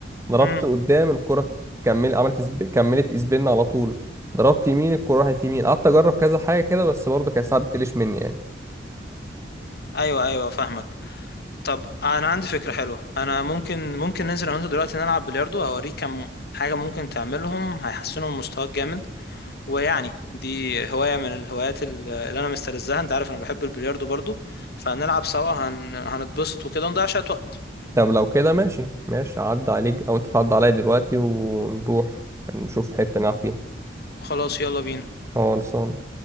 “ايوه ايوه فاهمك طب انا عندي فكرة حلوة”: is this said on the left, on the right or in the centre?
Left